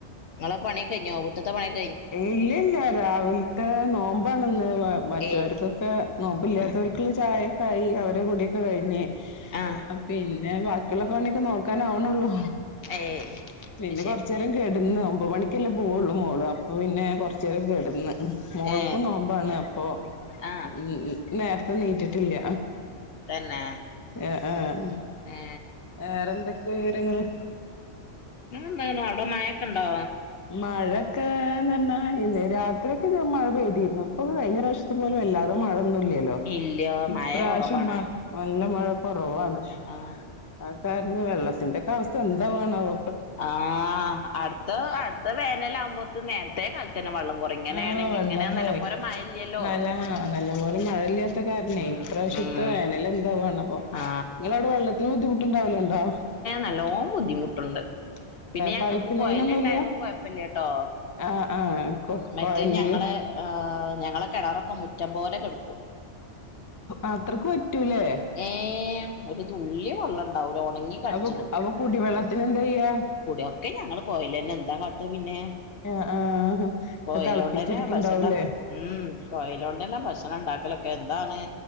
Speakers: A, on the left; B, on the left.
A: നിങ്ങളെ പണി <unintelligible>
B: ഇല്ല ഇല്ല രാവിലത്തെ നോമ്പാണന്ന് മറ്റവർക്കൊക്കെ
A: ഏയ്
B: നോമ്പില്ലാത്ത
A: ആഹ്
B: വീട്ടില് ചായയൊക്കേയായി അവരുടെ കുടിയോക്കെ കഴിഞ്ഞ്
A: ആഹ്
B: പിന്നെ ബാക്കിയുള്ള പണിയൊക്കെ നോ ക്കണം അവന്നോള്ളൂ
A: ഏയ്
B: പിന്നെ
A: അത് ശരി
B: കൊറച്ച് നേരം കെടന്ന് ഒമ്പത് മണിക്കല്ലേ പോവുള്ളൂ മോള് പിന്നെ കൊറച്ച് നേരം കിടന്ന് മോൾക്ക്
A: ഏ
B: നോമ്പാണ് അപ്പൊ
A: ആ
B: ഇ ഇ നേരത്തെ എണിറ്റ്ട്ട്ല്ല
A: തന്നെ
B: ആഹ് ആഹ്
A: ഏ
B: വേറെന്തൊക്കെയ വിവരങ്ങള്
A: അങ്ങന അവിടെ മഴൊക്കെ ഉണ്ടോ
B: മഴയൊക്കെ നന്നായി രാത്രിയൊക്കെ മഴ പെയ്തിയിരുന്നു ഇപ്പൊ കഴിഞ്ഞ പ്രാവശ്യത്തി പോലും അല്ലാതെ മഴ ഒന്ന്ല്ലല്ലോ
A: ഇല്ല
B: ഇപ്രാശ്യം
A: മഴ കുറവാണ്
B: നല്ല മഴ കുറവാണ്
A: ആ
B: അത് കാരണം വെള്ളത്തിന്റെ ഒക്കെ അവസ്ഥ എന്താണാവോ
A: ആഹ് അടുത്ത അടുത്ത വേനൽ ആകുമ്പോത്തക്ക്‌ നേരത്തെ <unintelligible> വെള്ളം കുറയും ഇങ്ങനെയാണെങ്കി
B: ആഹ് വെള്ളം
A: ഇങ്ങനെ
B: പോയി
A: നല്ലംപോലെ മഴ ഇല്ലല്ലോ
B: നല്ല നല്ല പോലെ മഴയില്ല ഇത് കാരണേ
A: ഉം
B: ഇപ്രാവശ്യത്തെ
A: ഉം
B: വേനൽ എന്താവണാവോ
A: ആ
B: നിങ്ങവിടെ വെള്ളത്തിന് ബുദ്ധിമുട്ട്ണ്ടാവല്ലല്ലോ
A: നല്ലോണം ബുദ്ധിമുട്ടുണ്ട് പിന്നെ ഞങ്ങൾക്ക്
B: പൈപ്പ് ലൈനൊന്നും
A: കൊയല് ഇണ്ടായതോണ്ട്
B: ഇല്ല
A: കൊഴപ്പില്ലട്ടോ
B: ആഹ് ആഹ് കൊ
A: മറ്റേ
B: കൊഴലില്
A: ഞങ്ങള് ഞങ്ങള കിണറൊക്കെ മുറ്റം പോലെ കെടക്കും
B: അത്രക്ക് പറ്റൂല്ലേ
A: ഏഹ് ഒരു തുള്ളി വെള്ളംണ്ടാവുംല്ല ഉണങ്ങി കടിച്ച്
B: അപ്പൊ
A: കിടക്കും
B: അപ്പൊ കുടിവെള്ളത്തിന് എന്താ ചെയ്യാ
A: ഇവിടെ ഒക്കെ ഞങ്ങൾ കോയല് തന്നെ എന്താ കാട്ട പിന്നെ
B: ആഹ് ആഹ്
A: കോയിലോണ്ട്
B: തിളപ്പിച്ചെടുക്കണ്ടാവൂലേ
A: തന്നെ ഭക്ഷണംക്കേ ഉം കോയിലോണ്ട്ന്നെ ഭക്ഷണം ഉണ്ടാക്കലും എന്താണ്